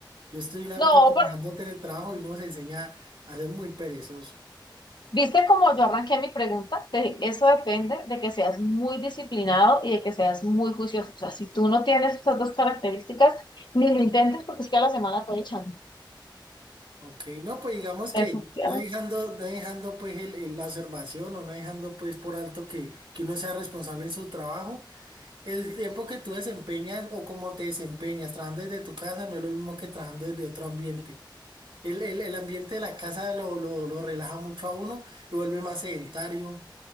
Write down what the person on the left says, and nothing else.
No,
¿Viste cómo yo arranqué mi pregunta? Te dije, eso depende de que seas muy disciplinado y de que seas muy juicioso. O sea, si tú no tienes esas dos características, ni lo intentes porque es que a la semana te echan.
Definitivamente.